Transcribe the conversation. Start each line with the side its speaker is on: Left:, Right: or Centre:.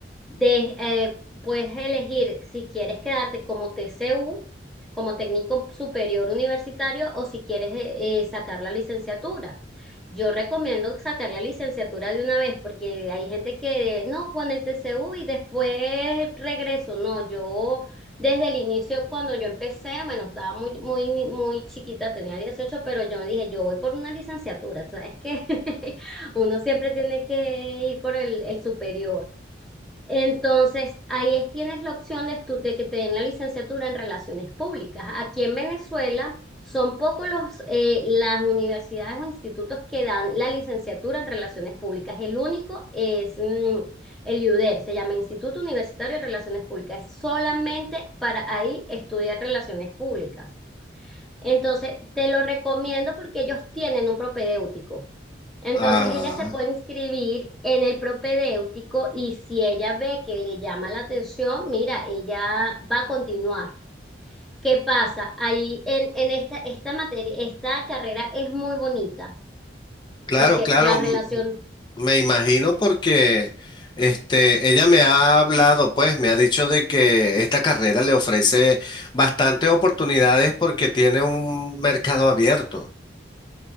Centre: De, eh, puedes elegir si quieres quedarte como TCU, como técnico superior universitario, o si quieres eh, eh, sacar la licenciatura. Yo recomiendo sacar la licenciatura de una vez porque hay gente que no con el TCU y después regreso. No, yo desde el inicio cuando yo empecé, bueno, estaba muy muy muy chiquita, tenía 18, pero yo dije, yo voy por una licenciatura, ¿sabes qué? <laughs> Uno siempre tiene que ir por el, el superior. Entonces, ahí es- tienes la opción de, estu- de que te den la licenciatura en relaciones públicas. Aquí en Venezuela son pocos los, eh, las universidades o institutos que dan la licenciatura en relaciones públicas. El único es mm, el IUDER, se llama Instituto Universitario de Relaciones Públicas. Es solamente para ahí estudiar relaciones públicas. Entonces, te lo recomiendo porque ellos tienen un propedéutico. Entonces
Left: Ah,
Centre: ella se puede inscribir en el propedéutico y si ella ve que le llama la atención, mira, ella va a continuar. ¿Qué pasa? Ahí en, en esta, esta materia, esta carrera es muy bonita
Left: claro,
Centre: porque
Left: claro.
Centre: la relación
Left: Me imagino porque este, ella me ha hablado, pues me ha dicho de que esta carrera le ofrece bastantes oportunidades porque tiene un mercado abierto.